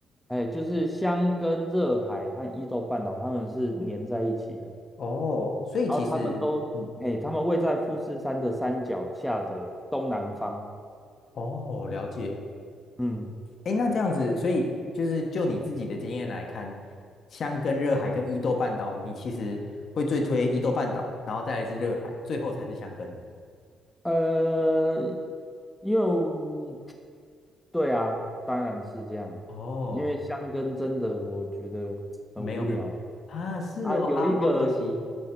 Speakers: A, in the centre; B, on the left.
A: 哎，就是箱根热海和伊豆半岛，它们是粘在一起的。
B: 哦，所以其实，
A: 然后它们都，
B: 嗯，
A: 嘿，它们位在富士山的山脚下的东南方。
B: 哦，了解。
A: 嗯，
B: 诶，那这样子，所以就是就你自己的经验来看，箱根热海跟伊豆半岛，你其实会最推伊豆半岛，然后再来是热海，最后才是箱根。
A: 呃，因为对啊，当然是这样，
B: 哦，
A: 因为香根真的我觉得很无聊了
B: 没有很啊，是哦啊，
A: 啊。有一个
B: 好可惜。